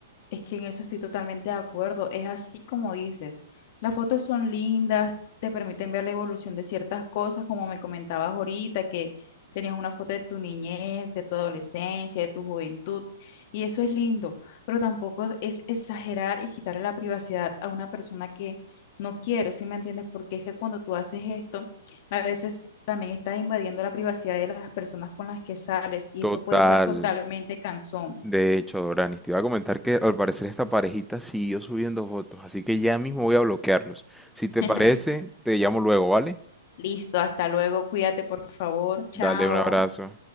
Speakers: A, on the left (about 40°); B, in the centre.
A: Es que en eso estoy totalmente de acuerdo. Es así como dices. Las fotos son lindas, te permiten ver la evolución de ciertas cosas, como me comentabas ahorita, que tenías una foto de tu niñez, de tu adolescencia, de tu juventud, y eso es lindo, pero tampoco es exagerar y quitarle la privacidad a una persona que no quiere, ¿sí me entiendes? Porque es que cuando tú haces esto, a veces también estás invadiendo la privacidad de las personas con las que sales, y
B: Total.
A: esto puede ser totalmente cansón.
B: De hecho, Doranis, te iba a comentar que al parecer esta parejita siguió subiendo fotos, así que ya mismo voy a bloquearlos. Si
A: <laughs>
B: te parece, te llamo luego, ¿vale?
A: Listo, hasta luego, cuídate por favor, chao.
B: Dale un abrazo.